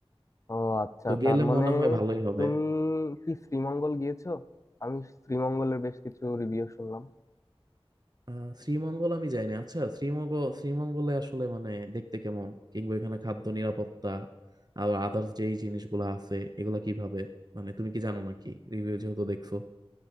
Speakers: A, on the left; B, on the right.
A: ও আচ্ছা
B: তো গেলে
A: তার মানে
B: মনে হয় ভালোই হবে
A: তুমি কি শ্রীমঙ্গল গিয়েছো আমি শ্রীমঙ্গলের বেশ কিছু রিভিউ শুনলাম
B: আহ শ্রীমঙ্গল আমি যাইনি আচ্ছা শ্রীমঙ্গল শ্রীমঙ্গলে আসলে মানে দেখতে কেমন কিংবা এখানে খাদ্য নিরাপত্তা আর আদার্স যেই জিনিসগুলো আছে এগুলা কিভাবে মানে তুমি কি জানো নাকি রিভিউ যেহেতু দেখছো